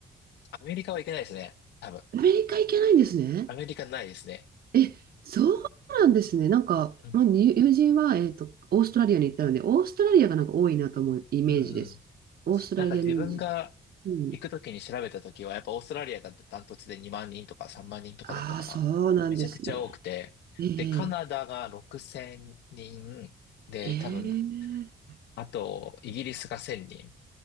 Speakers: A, on the left; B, on the right.
A: アメリカは行けないですね。多分。
B: アメリカ行けないんですね。
A: アメリカないですね。
B: え、そうなんですね。なんか、
A: うん。
B: まあ、に友人は、えっと、オーストラリアに行ったので、オーストラリアがなんか多いなと思うイメージです。
A: うんうん。
B: オーストラリア人参。
A: なんか自分が
B: うん。
A: 行くときに調べたときは、やっぱオーストラリアがダントツで2万人とか3万人とかだったかな。
B: ああ、そうなんですね。
A: めちゃくちゃ多くて。
B: ええ
A: で、カナダが6000人。で、
B: ええ
A: 多分あと、イギリスが1000人。